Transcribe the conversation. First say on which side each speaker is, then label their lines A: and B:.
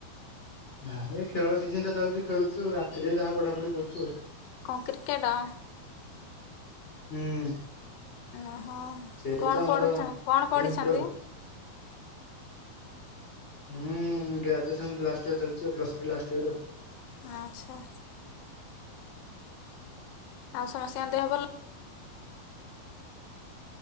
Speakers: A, on the left; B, on the left.
A: ନାଇଁ ଏଇ ଖେଳ ସିଜନ ଟା ଚାଲିଛି ଖେଳୁଚୁ ରାତିରେ ଯାହା ପଢା ପଢି କରୁଚୁ ଆଉ।
B: କଂ କ୍ରିକେଟ।
A: ହୁଁ।
B: ଓହୋ
A: ସେଇଟା
B: କଣ
A: ତ ଆମର
B: ପଢୁଛ କଣ
A: ଡ୍ରିମ୍
B: ପଢିଚନ୍ତି।
A: ପୁରା ଆଉ। ଉୁଁ ଗ୍ରାଜୁଏସନ ଲାଷ୍ଟ ଇୟର ଚାଲିଛି ପ୍ଲସ୍‌ ଥ୍ରୀ ଲାଷ୍ଟ ଇୟର।
B: ଆଛା। ଆଉ ସମସିଆ ଦେହ ଭଲ।